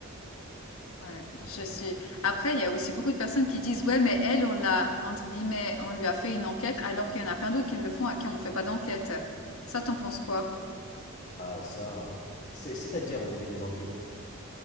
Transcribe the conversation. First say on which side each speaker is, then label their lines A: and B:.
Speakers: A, on the left; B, on the left.
A: Ouais,
B: tu vois
A: je suis. Après, il y a aussi beaucoup de personnes qui disent, ouais, mais elle, on l'a, entre guillemets, on lui a fait une enquête, alors qu'il y en a plein d'autres qui le font à qui on ne fait pas d'enquête. Ça, t'en penses quoi?
B: Ah ça, c'est, c'est-à-dire on fait des enquêtes.